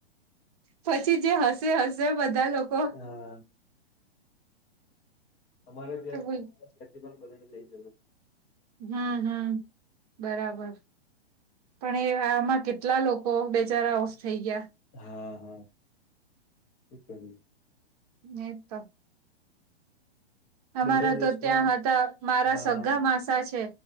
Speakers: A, on the right (about 35°); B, on the left (about 20°).
A: પછી જે હસે હસે બધા લોકો.
B: હા અમારે ત્યાં
A: હમ
B: <unintelligible> બધાને <unintelligible>
A: હમ્મ હમ્મ બરાબર. પણ એ આમાં કેટલા લોકો બેચારા ઓફ થઈ ગયા.
B: હા હા. શું કરીએ.
A: ને તો અમારા
B: બધા દેશમાં
A: તો ત્યાં હતા મારા
B: હા
A: સગ્ગા માસા છે